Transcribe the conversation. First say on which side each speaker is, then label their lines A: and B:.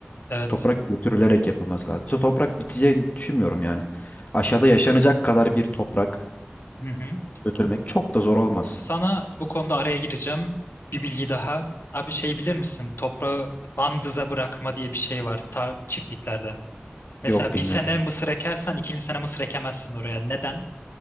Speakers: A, on the left (about 60°); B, on the left (about 40°).
A: Evet.
B: Toprak götürülerek yapılması lazım. İşte toprak biteceğini düşünmüyorum yani. Aşağıda yaşanacak kadar bir toprak
A: Hı hı.
B: götürmek çok da zor olmaz.
A: Sana bu konuda araya gireceğim. Bir bilgi daha. Abi şey bilir misin? Toprağı andıza bırakma diye bir şey var tar çiftliklerde. Mesela
B: Yok bilmiyorum.
A: bir sene mısır ekersen ikinci sene mısır ekemezsin oraya. Neden?